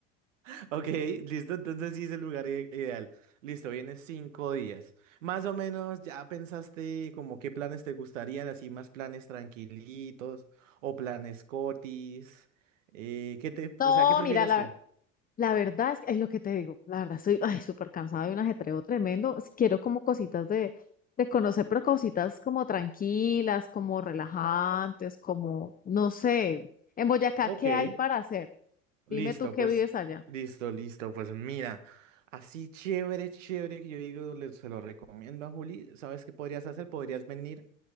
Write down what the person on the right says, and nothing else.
<laughs> ok, listo, entonces sí es el lugar i- ideal. Listo, vienes cinco días. Más o menos ya pensaste como qué planes te gustarían, así más planes tranquilitos o planes cotis. eh, ¿qué te,
o sea, ¿qué prefieres
tú?
Ok.
Listo,
pues,
listo, listo, pues mira, así chévere, chévere que yo digo, le- se lo recomiendo a Juli, ¿sabes qué podrías hacer? Podrías venir